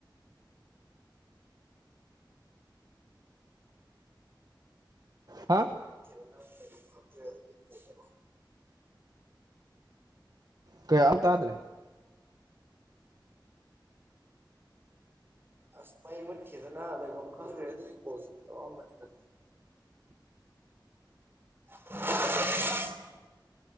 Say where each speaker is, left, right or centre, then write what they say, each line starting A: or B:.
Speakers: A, on the right; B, on the right.
A: ꯍꯥꯥ
B: <unintelligible>
A: ꯀꯌꯥ ꯑ ꯇꯥꯗ꯭ꯔꯦ
B: ꯑꯁ ꯃꯩ ꯃꯨꯠꯈꯤꯗꯅ ꯂꯩꯕꯝ ꯈꯪꯗ꯭ꯔꯦ ꯑꯗꯨꯒꯤ ꯀꯣꯜ ꯁꯨꯝ ꯇꯧꯔꯛ ꯑꯝꯕꯅꯤꯗ <inaudible>